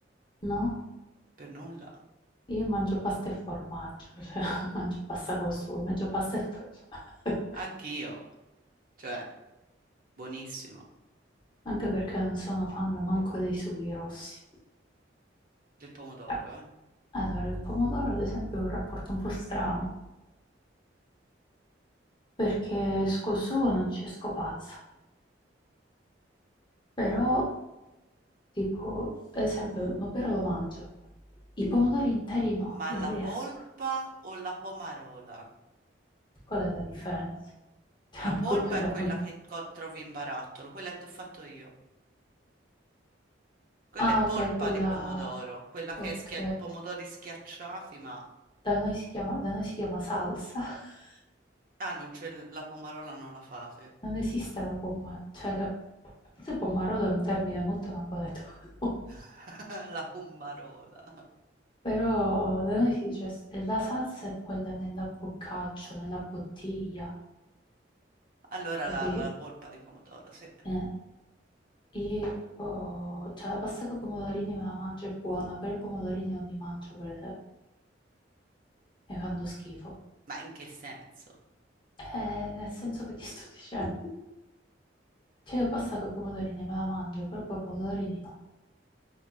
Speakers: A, on the left (about 25°); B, on the right (about 50°).
A: No?
B: Per nulla.
A: Io mangio pasta e formaggio, cioè <laughs> mangio pasta col sugo, mangio pasta e formaggio.
B: Anch'io. Cioè, buonissimo.
A: <laughs> Anche perché non sono fan manco dei sughi rossi.
B: Del pomodoro,
A: Eh,
B: eh.
A: Allora, il pomodoro ad esempio è un rapporto un po' strano, perché esco il sugo non ci esco pazza, però Tipo, ad esempio, però lo mangio. I pomodori interi no,
B: Ma
A: non
B: la
A: riesco.
B: polpa o la pomarola?
A: Qual è la differenza? <laughs> Tra
B: La polpa
A: polpa e
B: è
A: la
B: quella
A: pom-
B: che co- trovi in barattolo, quella che ti ho fatto io. Quella
A: Ah,
B: è polpa
A: ok, quella...
B: di pomodoro, quella
A: Ok.
B: che è schia- pomodori schiacciati, ma...
A: Da noi si chiama, da noi si chiama salsa. <laughs>
B: Ah, non c'è... la pomarola non la fate.
A: Non esiste la pomma... Cioè, la... forse pommarolo è un termine molto napoletano. <laughs>
B: <laughs> La pomarola.
A: Però da noi si dice s- la salsa è quella nella boccaccio, nella bottiglia,
B: Allora
A: capì?
B: la, la polpa di pomodoro, sì.
A: Eh, E poi, cioè, la pasta con i pomodorini me la mangio, è buona, però i pomodorini non li mangio per esempio, mi fanno schifo.
B: Ma in che senso?
A: Eh, nel senso che ti sto dicendo. Cioè, io pasta con i pomodorini me la mangio, però poi i pomodorini no.